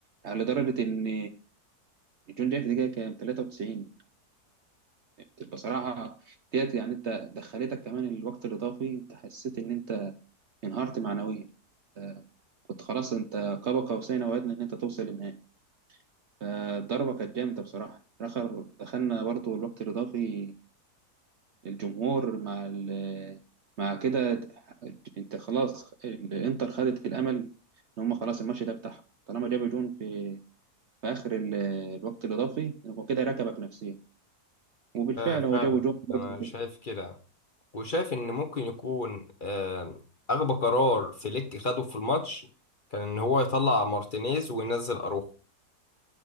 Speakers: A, on the right (about 55°); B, on the left (about 40°).
A: على درجة إن جون جاي في دقيقة كام 93 بتبقى صراحة ديت يعني انت دخلتك كمان الوقت الاضافي انت حسيت ان انت انهارت معنويا آه، كنت خلاص انت قاب قوسين او ادنى ان انت توصل للنهائي فالضربة كانت جامدة بصراحة اخر دخلنا برضو الوقت الاضافي الجمهور مع ال مع كده انت خلاص الانتر خدت الامل ان هم خلاص الماتش ده بتاعهم طالما جابوا جون في في اخر ال- الوقت الاضافي هو كده ركبك نفسيا وبالفعل
B: آه فعلا
A: هو جابوا جون برضه
B: انا
A: وكسب
B: شايف كده وشايف ان ممكن يكون آه اغبى قرار فليك خده في الماتش كان ان هو يطلع مارتينيز وينزل اروخو